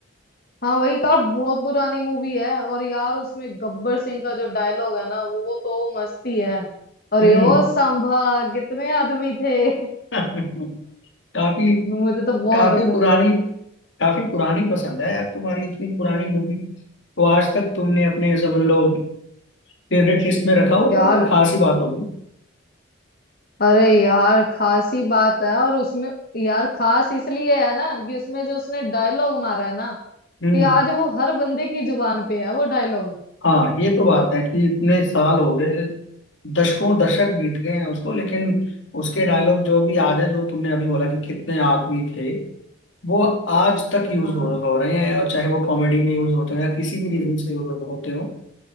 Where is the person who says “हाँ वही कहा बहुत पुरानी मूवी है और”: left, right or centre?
Left